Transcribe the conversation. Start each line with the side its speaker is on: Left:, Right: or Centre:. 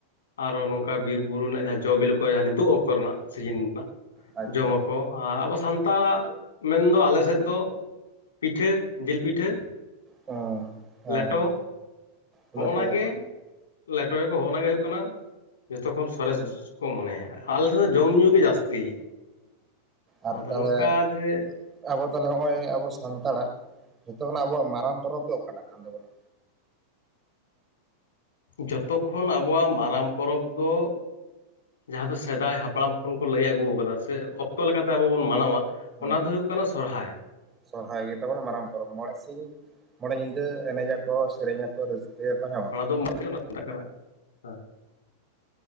Left: ᱟᱨᱚ ᱱᱚᱝᱠᱟ ᱵᱤᱨ ᱵᱩᱨᱩ ᱨᱮᱱᱟᱜ ᱡᱟᱦᱟᱸ ᱡᱚᱵᱤᱞᱤ ᱠᱚ ᱡᱟᱦᱟᱸ ᱱᱤᱛᱚᱜ ᱚᱠᱛᱚ ᱨᱮᱱᱟᱜ ᱥᱤᱡᱤᱱ ᱨᱮᱱᱟᱜ
Right: ᱟᱪᱪᱷᱟ
Left: ᱡᱚᱢᱟᱠᱚ ᱟᱨ ᱟᱵᱚ ᱥᱟᱱᱛᱟᱲᱟᱜ ᱢᱮᱱᱫᱚ ᱟᱞᱮ ᱥᱮᱫ ᱫᱚ ᱯᱤᱴᱷᱟᱹ ᱡᱤᱞ ᱯᱤᱴᱷᱟᱹ
Right: ᱦᱮᱸ ᱦᱮᱸ
Left: ᱞᱮᱴᱚ
Right: ᱦᱮᱸ ᱞᱮᱴᱚᱭᱟᱠᱚ
Left: ᱦᱚᱸᱜᱼᱚᱭ ᱱᱟ ᱜᱮ ᱞᱮᱴᱚᱭᱟᱠᱚ ᱚᱱᱟ ᱜᱮ ᱦᱩᱭᱩᱜ ᱠᱟᱱᱟ ᱡᱚᱛᱚ ᱠᱷᱚᱱᱚ ᱥᱚᱨᱮᱥ ᱠᱚ ᱢᱚᱱᱮᱭᱟ ᱦᱟᱜ ᱟᱞᱮᱥᱮᱫ ᱫᱚ
Right: ᱦᱮᱸ
Left: ᱡᱚᱢ ᱧᱩ ᱜᱮ ᱡᱟᱹᱥᱛᱤ
Right: ᱟᱨ
Left: ᱟᱫᱚ
Right: ᱛᱟᱦᱚᱞᱮ
Left: ᱱᱚᱝᱠᱟ ᱡᱮ
Right: ᱟᱵᱚ ᱛᱟᱦᱞᱮ ᱱᱚᱜᱼᱚᱭ ᱟᱵᱚ ᱥᱟᱱᱛᱟᱲᱟᱜ ᱡᱚᱛᱚ ᱠᱷᱚᱱᱟᱜ ᱟᱵᱚᱣᱟᱜ ᱢᱟᱨᱟᱝ ᱯᱚᱨᱚᱵᱽ ᱫᱚ ᱚᱠᱟᱴᱟᱜ ᱠᱟᱱ ᱛᱟᱵᱚᱱᱟ?
Left: ᱡᱚᱛᱚ ᱠᱷᱚᱱ ᱟᱵᱚᱣᱟᱜ ᱢᱟᱨᱟᱝ ᱯᱚᱨᱚᱵᱽ ᱫᱚ ᱡᱟᱦᱟᱸ ᱫᱚ ᱥᱮᱫᱟᱭ ᱦᱟᱯᱲᱟᱢ ᱠᱷᱚᱱ ᱠᱚ ᱞᱟᱹᱭ ᱟᱹᱜᱩ ᱟᱠᱟᱫᱟ ᱥᱮ ᱚᱠᱛᱚ ᱞᱮᱠᱟᱛᱮ ᱟᱵᱚ ᱵᱚᱱ ᱢᱟᱱᱟᱣᱟ
Right: ᱦᱮᱸ
Left: ᱚᱱᱟ ᱫᱚ ᱦᱩᱭᱩᱜ ᱠᱟᱱᱟ ᱥᱚᱨᱦᱟᱭ
Right: ᱥᱚᱨᱦᱟᱭ ᱜᱮᱛᱟᱵᱚᱱ ᱢᱟᱨᱟᱝ ᱯᱚᱨᱚᱵᱽ ᱢᱚᱬᱮ ᱥᱤᱧ ᱢᱚᱬᱮ ᱧᱤᱫᱟᱹ ᱮᱱᱮᱡ ᱟᱠᱚ ᱥᱮᱨᱮᱧ ᱟᱠᱚ ᱨᱟᱹᱥᱠᱟᱹᱭᱟᱠᱚ ᱦᱮ ᱵᱟᱝ
Left: ᱟᱫᱚᱢ ᱟᱛᱮᱫ ᱚᱱᱟ ᱥᱮᱴᱟᱜ ᱠᱟᱱᱟ ᱦᱮᱸ <unintelligible>